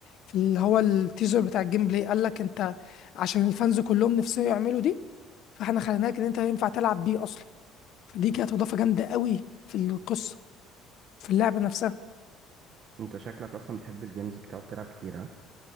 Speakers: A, on the left; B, on the right.
A: في اللي هو التيزر بتاع الجيم بلاي قال لك انت عشان الفانز كلهم نفسهم يعملوا دي فاحنا خليناك ان انت ينفع تلعب بيه اصلا فدي كانت اضافه جامده قوي في القصه في اللعبه نفسها
B: انت شكلك اصلا بتحب الجيمز بتقعد تلعب كتير ها